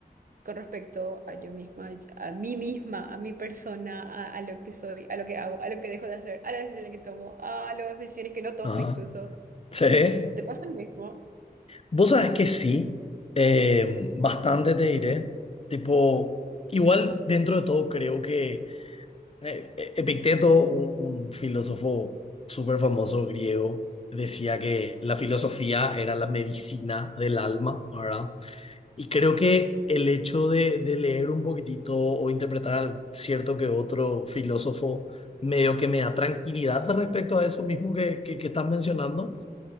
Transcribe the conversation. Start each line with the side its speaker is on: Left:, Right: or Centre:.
Right: con respecto a yo misma, a mí misma, a mi persona, a, a lo que soy, a lo que hago, a lo que dejo de hacer, a las decisiones que tomo, a las decisiones que no tomo
Left: Ajá.
Right: incluso.
Left: Sí.
Right: ¿Te pasa lo mismo?
Left: Vos sabés que sí, eh, bastante te diré. Tipo, igual dentro de todo creo que eh, E- Epicteto, un, un filósofo súper famoso griego, decía que la filosofía era la medicina del alma, ¿verdad? Y creo que el hecho de, de leer un poquitito o interpretar al cierto que otro filósofo medio que me da tranquilidad respecto a eso mismo que, que, que estás mencionando,